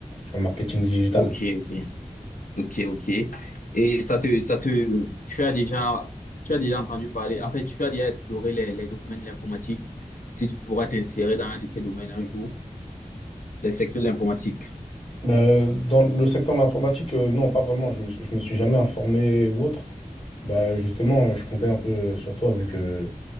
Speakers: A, on the left (about 45°); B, on the left (about 75°).
A: sur le marketing digital.
B: Ok, ok. Ok, ok. Et ça te, ça te, tu as déjà, tu as déjà entendu parler, en fait, tu as déjà exploré les, les domaines de l'informatique, si tu pourras t'insérer dans un de ces domaines un jour, les secteurs de l'informatique.
A: Bah, euh, dans le secteur de l'informatique, euh, non, pas vraiment. Je me suis, je me suis jamais informé ou autre. Bah, justement, euh, je comptais un peu euh, sur toi, vu que,